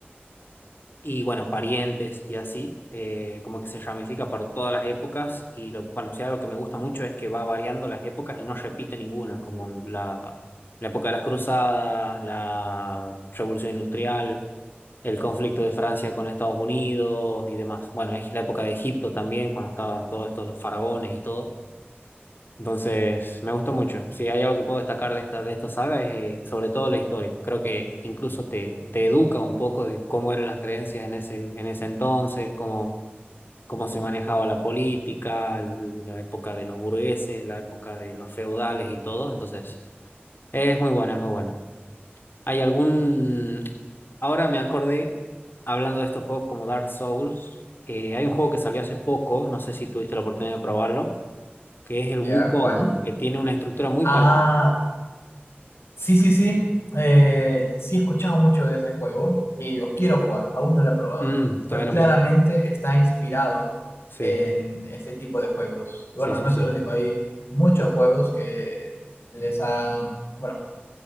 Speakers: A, on the left; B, on the left.
A: y bueno, parientes y así, eh, como que se ramifica para todas las épocas, y lo, bueno, sí, algo que me gusta mucho es que va variando las épocas y no repite ninguna, como la, la época de las cruzadas, la revolución industrial el conflicto de Francia con Estados Unidos y demás. Bueno, es la época de Egipto también, cuando estaban todos estos faraones y todo. Entonces, me gustó mucho. Si hay algo que puedo destacar de esta, de esta saga es eh, sobre todo la historia. Creo que incluso te, te educa un poco de cómo eran las creencias en ese, en ese entonces, cómo, cómo se manejaba la política, la época de los burgueses, la época de los feudales y todo. Entonces, es muy bueno, es muy bueno. ¿Hay algún... Ahora me acordé, hablando de estos juegos como Dark Souls, eh, hay un juego que salió hace poco, no sé si tuviste la oportunidad de probarlo, que es el
B: ¿Ya?
A: Wukong,
B: ¿Cuál?
A: que tiene una estructura muy
B: Ah,
A: parecida.
B: Sí, sí, sí. Eh, sí he escuchado mucho de ese juego y lo quiero jugar, aún no lo he probado,
A: Mm, todavía
B: pero claramente
A: no pudiste.
B: está inspirado
A: Sí,
B: en este tipo de juegos. Bueno,
A: sí, sí,
B: no
A: sí,
B: es el único, hay muchos juegos que les ha, bueno,